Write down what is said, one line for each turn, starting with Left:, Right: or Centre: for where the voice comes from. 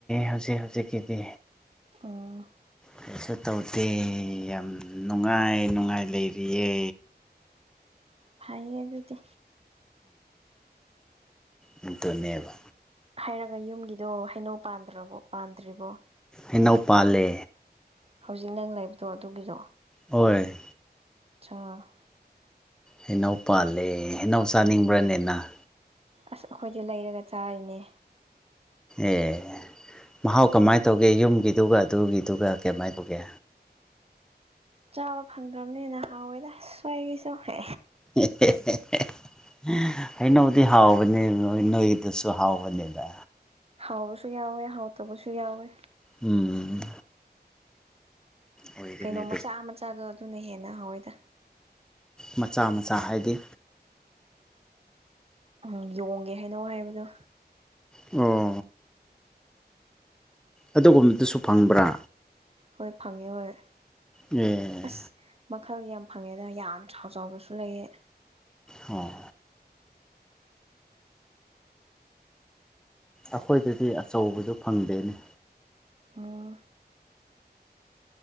Centre: ꯍꯧꯖꯤꯛ ꯍꯧꯖꯤꯛꯀꯤꯗꯤ
Right: ꯎꯝ
Centre: ꯀꯩꯁꯨ ꯇꯧꯗꯦ ꯌꯥꯝ ꯅꯨꯡꯉꯥꯏ ꯅꯨꯡꯉꯥꯏ ꯂꯩꯔꯤꯌꯦ
Right: ꯐꯩꯌꯦ ꯑꯗꯨꯗꯤ
Centre: ꯎꯝ ꯑꯗꯨꯅꯦꯕ
Right: ꯍꯥꯏꯔꯒ ꯌꯨꯝꯒꯤꯗꯣ ꯍꯩꯅꯧ ꯄꯥꯟꯗ꯭ꯔꯕꯣ ꯄꯥꯟꯗ꯭ꯔꯤꯕꯣ
Centre: ꯍꯩꯅꯧ ꯄꯥꯜꯂꯦ
Right: ꯍꯧꯖꯤꯛ ꯅꯪ ꯂꯩꯕꯗꯣ ꯑꯗꯨꯒꯤꯗꯣ
Centre: ꯍꯣꯏ
Right: ꯑꯆꯥ
Centre: ꯍꯩꯅꯧ ꯄꯥꯜꯂꯦ ꯍꯩꯅꯧ ꯆꯥꯅꯤꯡꯕ꯭ꯔꯅꯦ ꯅꯪ
Right: ꯑꯁ ꯑꯩꯈꯣꯏꯗꯤ ꯂꯩꯔꯒ ꯆꯥꯔꯤꯅꯦ
Centre: ꯑꯦ ꯃꯍꯥꯎ ꯀꯃꯥꯏꯅ ꯇꯧꯒꯦ ꯌꯨꯝꯒꯤꯗꯨꯒ ꯑꯗꯨꯒꯤꯗꯨꯒ ꯀꯃꯥꯏꯅ ꯇꯧꯒꯦ
Right: ꯆꯥꯕ ꯐꯪꯗ꯭ꯔꯕꯅꯤꯅ ꯍꯥꯎꯋꯦꯗ ꯁ꯭ꯋꯥꯏꯒꯤꯁꯨꯈꯦ
Centre: ꯍꯦ ꯍꯦ ꯍꯦ ꯍꯩꯅꯧꯗꯤ ꯍꯥꯎꯕꯅꯤ ꯅꯣꯏꯗꯨꯁꯨ ꯍꯥꯎꯕꯅꯤꯗ
Right: ꯍꯥꯎꯕꯁꯨ ꯌꯥꯎꯋꯦ ꯍꯥꯎꯇꯕꯁꯨ ꯌꯥꯎꯋꯦ
Centre: ꯎꯝ ꯑꯣꯏꯒꯅꯤ
Right: ꯀꯩꯅꯣ
Centre: ꯑꯗꯨ
Right: ꯃꯆꯥ ꯃꯆꯥꯗꯣ ꯑꯗꯨꯅ ꯍꯦꯟꯅ ꯍꯥꯎꯋꯤꯗ
Centre: ꯃꯆꯥ ꯃꯆꯥ ꯍꯥꯏꯗꯤ
Right: ꯎꯝ ꯌꯣꯡꯒꯤ ꯍꯩꯅꯧ ꯍꯥꯏꯕꯗꯣ
Centre: ꯑꯣ ꯑꯗꯨꯒꯨꯝꯕꯗꯨꯁꯨ ꯐꯪꯕ꯭ꯔꯥ
Right: ꯍꯣꯏ ꯐꯪꯉꯦ ꯍꯣꯏ
Centre: ꯑꯦ
Right: ꯑꯁ ꯃꯈꯜ ꯌꯥꯝ ꯐꯪꯉꯦꯗꯅ ꯌꯥꯝ ꯆꯥꯎ ꯆꯥꯎꯕꯁꯨ ꯂꯩꯌꯦ
Centre: ꯑꯣ ꯑꯩꯈꯣꯏꯗꯗꯤ ꯑꯆꯧꯕꯗꯨ ꯐꯪꯗꯦꯅꯦ
Right: ꯎꯝ